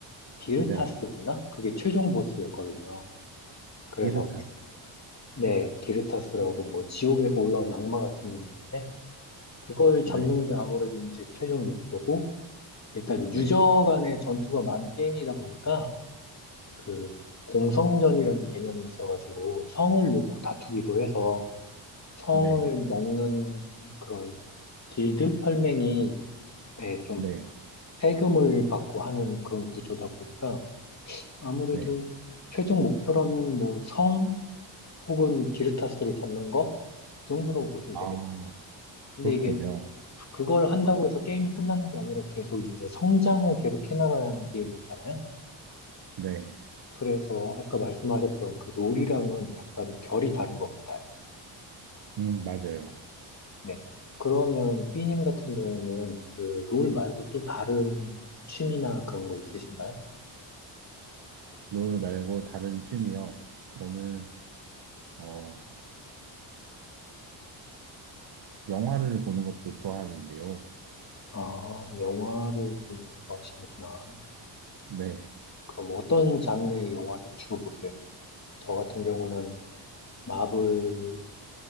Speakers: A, on the left; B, on the right.
A: 기르타스였나?
B: 네,
A: 그게 최종 보스였거든요. 그래서,
B: 기르타스.
A: 네, 기르타스라고 뭐 지옥에서 올라온 악마 같은 놈이 있는데 그걸
B: 네.
A: 잡는 게 아무래도 이제 최종 목표고 일단
B: 네,
A: 유저 간의 전투가 많은 게임이다 보니까 그 공성전이라는 개념이 있어가지고 성을 놓고 다투기도 해서 성을
B: 네,
A: 먹는 그런 길드 혈맹이 예, 좀
B: 네,
A: 세금을 받고 하는 그런 구조다 보니까 아무래도
B: 네.
A: 최종 목표라면 뭐 성 혹은 기르타스를 잡는 거 그 정도라고 보시면
B: 아,
A: 되겠네요. 근데
B: 그렇군요.
A: 이게 그걸 한다고 해서 게임이 끝나는 게 아니라 계속 이제 성장을 계속 해나가야 하는 게임이잖아요.
B: 네,
A: 그래서 아까 말씀하셨던 그 롤이랑은 약간 결이 다른 것 같아요.
B: 음, 맞아요.
A: 네. 그러면 삐님 같은 경우는 그 롤 말고 또 다른 취미나 그런 거 있으신가요?
B: 롤 말고 다른 취미요. 저는, 어, 영화를 보는 것도 좋아하는데요.
A: 아, 영화를 보는 거 좋아하시는구나.
B: 네,
A: 그럼 어떤 장르의 영화를 주로 보세요? 저 같은 경우는 마블